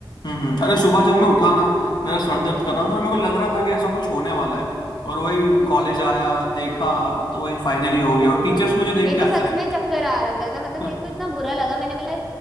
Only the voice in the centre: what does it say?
हम्म
<laughs>
वही
तो
मेरे
तो सच
में चक्कर आ गया था मतलब मेरे
को इतना बुरा लगा मैंने बोला